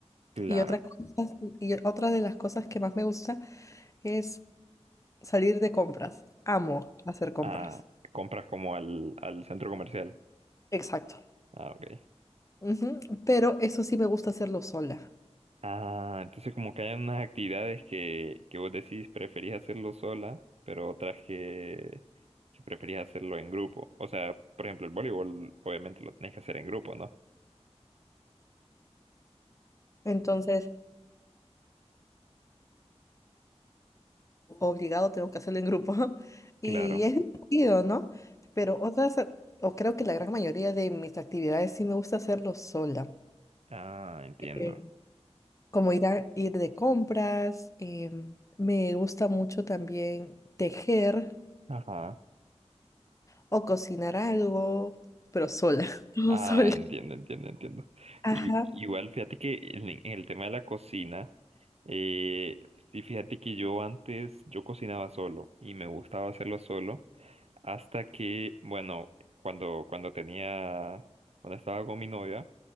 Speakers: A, on the right (about 65°); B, on the left (about 30°).
A: claro.
B: Y otra cosa- y otra de las cosas que más me gusta es salir de compras. Amo hacer compras.
A: Ah, compras como al, al centro comercial.
B: Exacto.
A: Ah, ok.
B: Ujú, Pero eso sí me gusta hacerlo sola.
A: Ah, entonces como que hay unas actividades que, que vos decís preferís hacerlo sola, pero otras que, que preferís hacerlo en grupo. O sea, por ejemplo, el voleibol obviamente lo tenés que hacer en grupo, ¿no?
B: Entonces, obligado tengo que hacerlo en grupo. <laughs>
A: Claro.
B: Y es divertido, ¿no? Pero otras, o creo que la gran mayoría de mis actividades sí me gusta hacerlo sola.
A: Ah, entiendo.
B: Bien. Como ir a ir de compras, em, me gusta mucho también tejer
A: Ajá.
B: o cocinar algo, pero sola. <laughs> Todo
A: Ah,
B: sola.
A: entiendo, entiendo, entiendo.
B: Ajá,
A: Y- igual, fíjate que en, en el tema de la cocina, eh, sí, fíjate que yo antes, yo cocinaba solo y me gustaba hacerlo solo hasta que, bueno, cuando, cuando tenía, cuando estaba con mi novia,